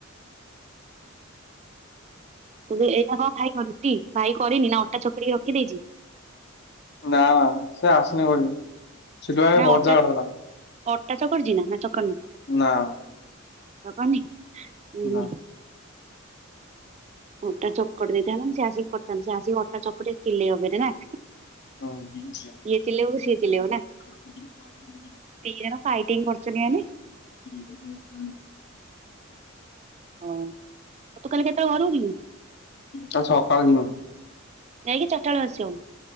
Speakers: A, on the right; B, on the left.
A: ତୁ ଏଇଟା କଣ ଭାଇ କରତୀ ଭାଇ କରିନି ନା ଅଟା ଚକଟିକି ରଖିଦେଇଛି?
B: ନା ସେ ଆସୁଲେ କରିବେ ସେଠୁ
A: ନା
B: ଭଜା
A: ଅଟା
B: ଅଲଗା
A: ଅଟା ଚକଟିଛି ନା ଚକଟିନି?
B: ନା।
A: ଚକଟିନି ହୁଁ।
B: ନା।
A: ହଉ ଅଟା ଚକଟି ଦେଇଥାନ୍ତ ନା ସେ ଆସିକି କରିଥାନ୍ତା ସେ ଆସିକି ଅଟା ଚକଟି ଚିଲେବ ଫୁନି ନା?
B: ହୁଁ।
A: ଇଏ ଚିଲେଇବ ସିଏ ଚିଲେଇବ ନା ଦି ଜଣ ଫାଇଟିଂ କରୁଛନ୍ତି ମାନେ
B: ହୁଁ ହୁଁ ହୁଁ।
A: ହଉ ତୁ କାଲି କେତେବେଲୁ ଘରକୁ ଯିବୁ?
B: ତା ସକାଳେ ଯିବି
A: ଯାଇକି ଚାରିଟା ବେଳେ ଆସିବୁ?